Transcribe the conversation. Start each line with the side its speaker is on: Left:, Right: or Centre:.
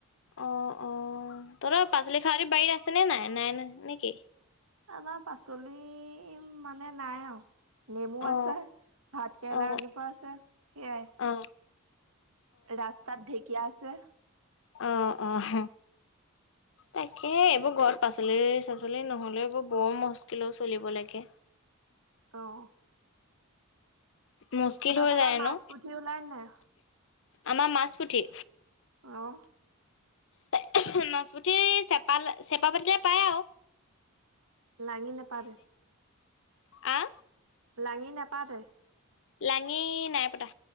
Left: অঁ অঁ! তহঁতৰ পাচলি-শাকনি বাৰী আছে নে নাই? নাই নেকি?
Right: আমাৰ পাচলি মানে নাই আৰু! নেমু
Left: অ
Right: আছে, ভাত কেৰেলা
Left: অ
Right: এজোপা আছে, সেয়াই।
Left: অ
Right: ৰাস্তাত ঢেঁকীয়া আছে।
Left: অঁ অঁ। তাকে এইবোৰ ঘৰত পাঁচলি-চাচলি নহ'লে এইবোৰ বৰ মস্কিলত চলিব লাগে।
Right: অঁ।
Left: মস্কিল হৈ
Right: ফালে
Left: যায়
Right: মাছ
Left: ন?
Right: পুঠি ওলাই নাই?
Left: আমাৰ মাছ-পুঠি।
Right: অঁ।
Left: মাছ-পুঠি? মাছ-পুঠি চেপাল চেপা পাতিলে পায়!
Right: লাঙি নেপাতে?
Left: আঁ?
Right: লাঙি নেপাতে?
Left: লাঙি নাই পতা